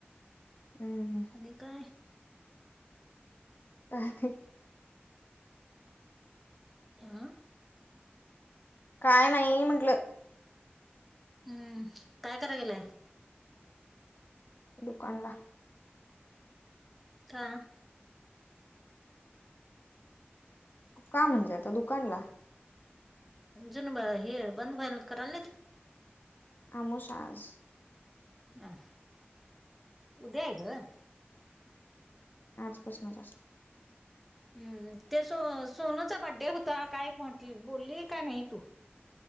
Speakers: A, on the left; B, in the centre.
A: हम्म.
B: आणि काय?
A: का <unintelligible>
B: आह...
A: काय नाही म्हंटलं.
B: हम्म, काय कराय लागली हाय?
A: दुकान ला.
B: का?
A: का म्हणजे आता दुकानला
B: जुून हे बंद वल करालीत?
A: अमोशा आज
B: हा उद्या हाय ग.
A: आजपासून जास्त.
B: हम् ते सो सोनूचा बड्डे होता काय म्हटले बोलली का नाही तू.